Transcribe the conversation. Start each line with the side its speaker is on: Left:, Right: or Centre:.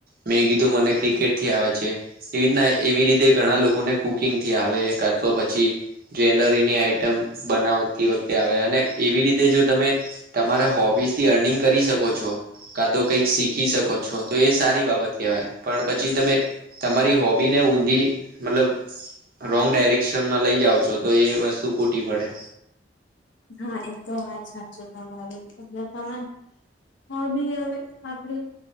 Right: મેં કીધું મને ક્રિકેટ થી આવે છે એવી રીતના એવી રીતના તે ઘણા લોકોને કુકિંગ થી આવે કા તો પછી જ્વેલરીની આઈટમ બનાવતી વખતે આવે અને એવી રીતે જો તમે તમારા હોબીઝ થી અર્નિંગ કરી શકો છો. કા તો કઈક શીખી શકો છો તો એ સારી બાબત કહેવાય પણ પછી તમે તમારી હોબી ને ઊંધી મતલબ રોંગ ડાયરેક્શનમાં લઇ જાવ છો તો એ વસ્તુ ખૂટી પડે
Left: હા એ તો વાત સાચું તમારી એટલે તમે હોબી હવે આપડે